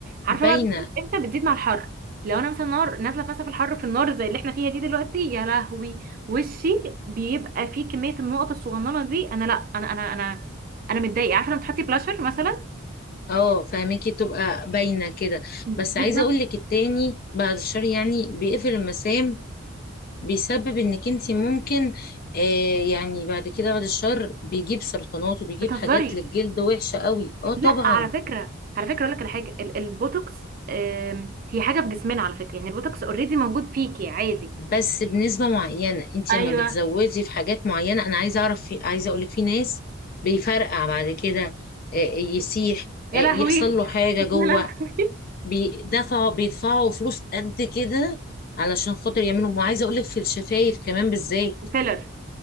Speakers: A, on the right (about 45°); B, on the left (about 45°).
A: عارفه
B: باينة
A: بقى بتزيد امتى بتزيد مع الحر لو انا مثلا نار نازله مثلا في الحر في النار زي اللي احنا فيها دي دلوقتي يا لهوي وشي بيبقى فيه كميه النقط الصغننه دي انا لا انا انا انا انا متضايقه عارفه لما تحطي بلاشر مثلا
B: اه فاهمكي تبقى باينة كده
A: بالظبط
B: بس عايزة اقول لك التاني بعد الشر يعني بيقفل المسام بيسبب انك انت ممكن آه يعني بعد كده بعد الشر بيجيب سرطانات وبيجيب
A: بتهزري
B: حاجات للجلد وحشة قوي اه طبعا
A: لا على فكره على فكره اقول لك على حاجه ال- البوتوكس آم، هي حاجه في جسمنا على فكره يعني البوتوكس اوريدي موجود فيكي عادي
B: بس بنسبة معينة انت
A: ايوه
B: لما بتزودي في حاجات معينة انا عايزة اعرف في عايزة اقولك في ناس بيفرقع بعد كده آه يسيح
A: يا
B: آه يحصل
A: لهوي
B: له حاجة
A: يا
B: جوه
A: لهوي
B: بيدفعوا بيدفعوا فلوس قد كده علشان خاطر يعملوا وعايزة اقولك في الشفايف كمان بالذات
A: فيلر